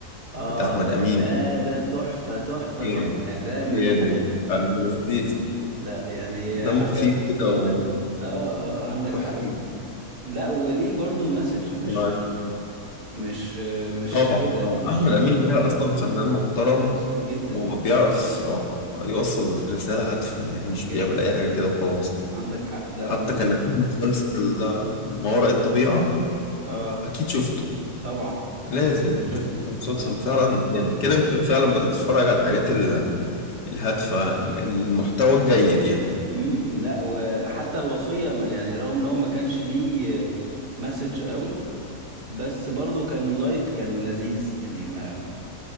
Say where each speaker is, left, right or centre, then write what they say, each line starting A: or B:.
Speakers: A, on the right (about 75°); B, on the left (about 85°).
A: اه
B: بتاع احمد
A: ده
B: امين
A: ده ده تحفة تحفة
B: جامد
A: تحفة يعني ده من
B: جامد
A: الحاجات
B: عبد لذيذ
A: لا يعني عجب
B: دمه خفيف كده
A: ده
B: و...
A: اه اه عندك
B: وحلو
A: حق لا وليه برضو مسج مش
B: يعني
A: مش مش
B: طبعا
A: كده
B: طبعا
A: مش
B: احمد امين ده اصلا فنان محترم
A: جدا
B: وبيعرف
A: جدا
B: آه، يوصل رساله هادفه يعني مش
A: جدا
B: بيعمل اي حاجه كده وخلاص
A: عندك حق لا
B: حتى
A: من
B: كان عامل مسلسل آه، ما وراء الطبيعه
A: اه
B: اكيد شفته
A: طبعا
B: لازم
A: شفته
B: المسلسل
A: اه
B: فعلا جامد كده انت فعلا بتتفرج على الحاجات الهادفة المحتوى الجيد يعني
A: امم لا وحتى الوصية ما- يعني رغم ان هو ما كانش ليه مسج قوي بس برضو كان لايت كان لذيذ يعني ما